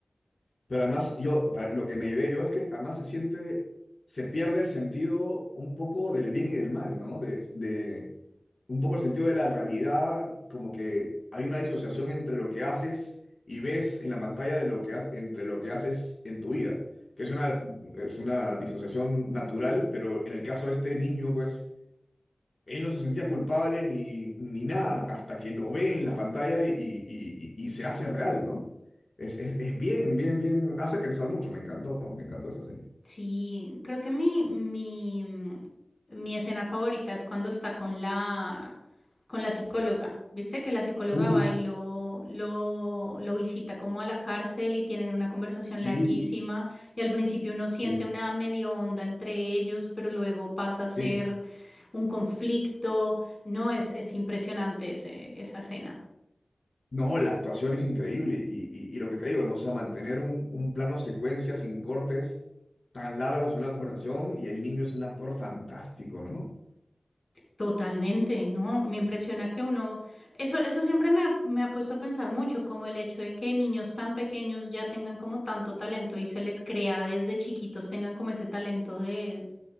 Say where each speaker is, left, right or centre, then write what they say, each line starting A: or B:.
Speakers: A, on the left; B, on the left.
A: Pero además, yo, para- lo que me llevé yo es que además se siente, se pierde el sentido un poco del bien y del mal, ¿no? De, de- un poco el sentido de la realidad, como que hay una disociación entre lo que haces y ves en la pantalla de lo que ha- entre lo que haces en tu vida, que es una, es una disociación natural, pero en el caso de este niño, pues él no se sentía culpable ni, ni nada hasta que lo ve en la pantalla y, y- y- y se hace real, ¿no? Es, es, es bien, bien, bien. Hace pensar mucho. Me encantó, me encantó esa serie.
B: Sí, creo que mi, mi, mm, mi escena favorita es cuando está con la, con la psicóloga. Viste que la psicóloga
A: Uh,
B: va y lo, lo, lo visita como a la cárcel y tienen una conversación
A: sí,
B: larguísima y al principio uno siente
A: sí,
B: una medio onda entre ellos, pero luego pasa
A: sí.
B: a ser un conflicto. No, es, es impresionante ese- esa escena.
A: No, la actuación es increíble. Y, y- y lo que te digo, ¿no? O sea, mantener un, un plano secuencia sin cortes tan largo es una conversación y el niño es un actor fantástico, ¿no?
B: Totalmente, no, me impresiona que uno, eso, eso siempre me ha, me ha puesto a pensar mucho, como el hecho de que niños tan pequeños ya tengan como tanto talento y se les crea desde chiquitos, tengan como ese talento de,